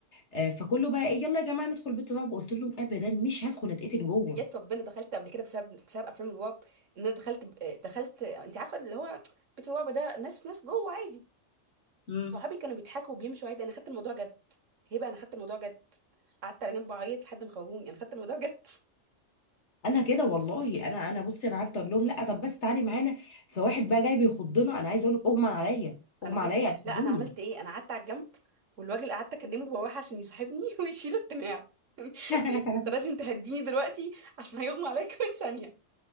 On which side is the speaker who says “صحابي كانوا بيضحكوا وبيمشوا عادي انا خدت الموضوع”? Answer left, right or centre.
Right